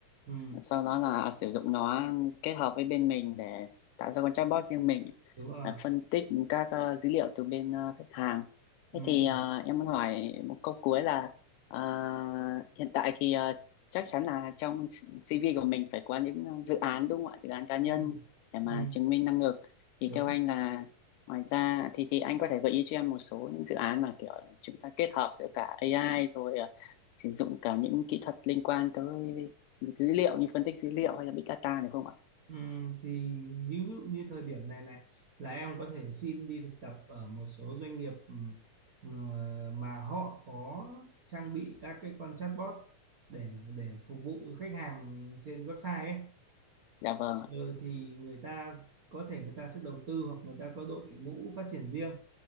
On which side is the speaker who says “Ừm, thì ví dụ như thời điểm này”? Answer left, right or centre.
Right